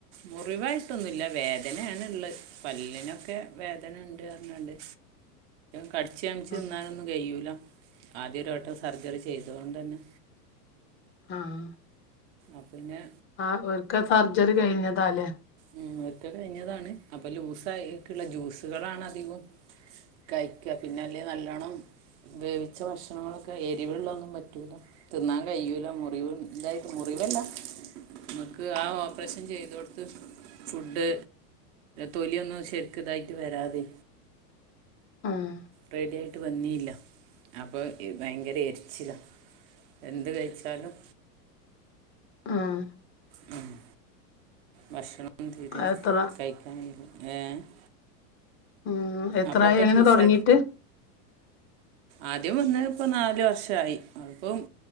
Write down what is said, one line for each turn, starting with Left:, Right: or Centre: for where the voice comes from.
Right: മുറിവായിട്ടൊന്നുല്ല വേദനയാണ് ഇള്ളേ പല്ലിനൊക്കെ വേദനുണ്ട് പറഞ്ഞണ്ട് കടിച്ച്മിച്ച്
Left: ഉം,
Right: തിന്നാനൊന്നും കൈയ്യൂല ആദ്യ ഒരുവട്ടം സർജറി ചെയ്തോണ്ട് തന്നെ
Left: ആഹ്
Right: അപിന്നെ
Left: ആഹ് ഒരിക്കെ സർജറി കഴിഞ്ഞതാല്ലേ
Right: ഉം ഒരിക്ക കയിഞ്ഞതാണ് അപ്പ ലൂസായിക്കളാ ജ്യൂസുകളാണ് അധികോ കയിക്ക പിന്നെ അല്ലേ നല്ലോണ്ണം വേവിച്ച ഭക്ഷണങ്ങളൊക്കെ എരിവള്ളൊന്നും പറ്റൂല തിന്നാൻ കഴിയൂല മുറിവു ഇതായിട്ട് മുറിവല്ല ഇങ്ങക്ക് ആ ഓപ്പറേഷൻ ചെയ്തോട്ത്ത് ഫുഡ് തൊലിയൊന്നും ശരിക്കിതായിട്ട് വരാതെ
Left: ആഹ്
Right: റെഡിയായിട്ട് വന്നില്ല അപ്പ ഭയങ്കര എരിച്ചില എന്ത് കഴിച്ചാലും
Left: ആഹ്
Right: മ്മ് ഭക്ഷണം തീരെ
Left: എത്ര
Right: കഴിക്കാൻ <unintelligible>
Left: ഉം എത്രായി
Right: അപ്പൊക്കെ
Left: അങ്ങനെ
Right: ജ്യൂസാ
Left: തൊടങ്ങീട്ട്
Right: ആദ്യം വന്നത് ഇപ്പം നാല് വർഷായി അതിപ്പം